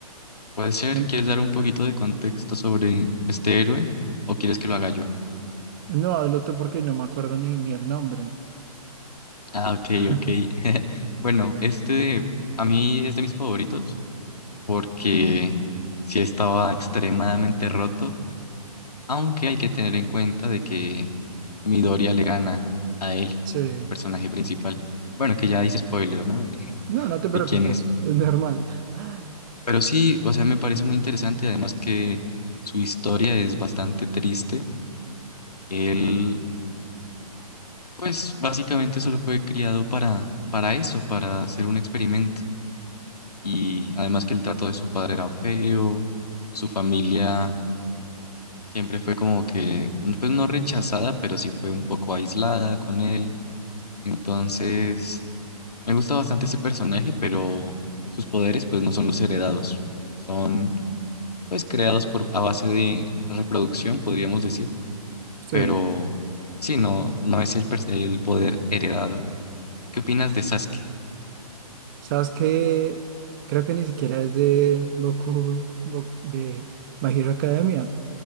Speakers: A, on the left; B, on the right.
A: ¿Puede ser?
B: No,
A: ¿Quieres dar un poquito de contexto sobre este héroe o quieres que lo haga yo?
B: no, adelante porque no me acuerdo ni, ni el nombre.
A: Ah, ok,
B: <laughs>
A: ok. <laughs> Bueno, este a mí es de mis favoritos porque sí estaba extremadamente roto, aunque hay que tener en cuenta de que Midoriya le gana a él,
B: Sí.
A: el personaje principal. Bueno, que ya hice spoilers, ¿no? De, <laughs>
B: No, no te
A: de
B: preocupes,
A: quién es.
B: es normal. <laughs>
A: Pero sí, o sea, me parece muy interesante, además que su historia es bastante triste. Él, pues básicamente solo fue criado para, para eso, para hacer un experimento. Y además que el trato de su padre era feo, su familia siempre fue como que, pues no rechazada, pero sí fue un poco aislada con él. Entonces, me gusta bastante ese personaje, pero sus poderes pues no son los heredados, son pues creados por a base de reproducción, podríamos decir,
B: Sí.
A: pero sí, no, no es el, pers- el poder heredado. ¿Tú qué opinas de Sasuke?
B: Sabes que creo que ni siquiera es de Boku, Bo- de My Hero Academia.